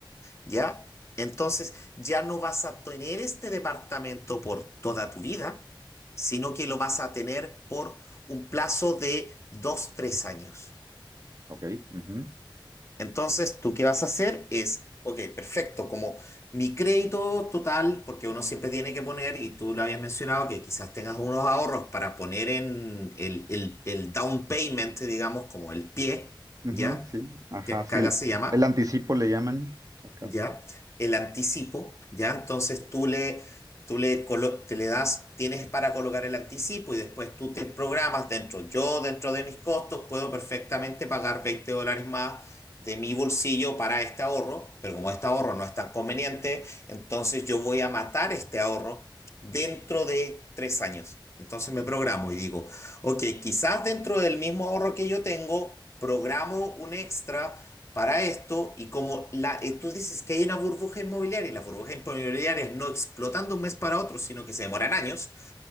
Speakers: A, on the left (about 35°); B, on the right (about 45°).
A: ¿ya? Entonces ya no vas a tener este departamento por toda tu vida, sino que lo vas a tener por un plazo de dos, tres años.
B: Ok. ujú,
A: Entonces, tú qué vas a hacer es, ok, perfecto, como mi crédito total, porque uno siempre tiene que poner, y tú lo habías mencionado, que quizás tengas unos ahorros para poner en el, el, el down payment, digamos, como el pie,
B: ujú,
A: ¿ya?
B: sí, ajá,
A: Que, que
B: sí.
A: acá
B: El,
A: se llama.
B: el anticipo le llaman acá.
A: ¿ya? El anticipo, ¿ya? Entonces tú le, tú le, colo- te le das, tienes para colocar el anticipo y después tú te programas dentro. Yo, dentro de mis costos, puedo perfectamente pagar 20 dólares más de mi bolsillo para este ahorro, pero como este ahorro no es tan conveniente, entonces yo voy a matar este ahorro dentro de tres años. Entonces me programo y digo, ok, quizás dentro del mismo ahorro que yo tengo, programo un extra para esto y como la, eh, tú dices que hay una burbuja inmobiliaria y las burbujas inmobiliarias no explotan de un mes para otro, sino que se demoran años,